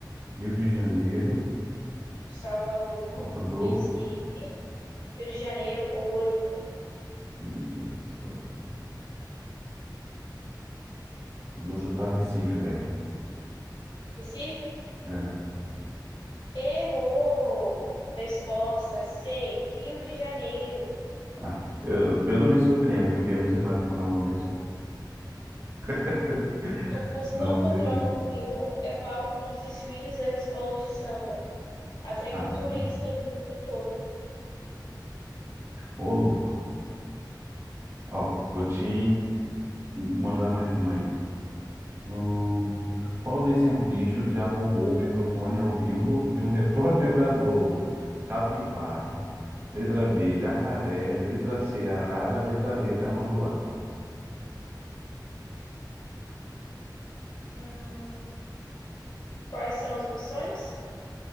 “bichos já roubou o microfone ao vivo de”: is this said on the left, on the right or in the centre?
Right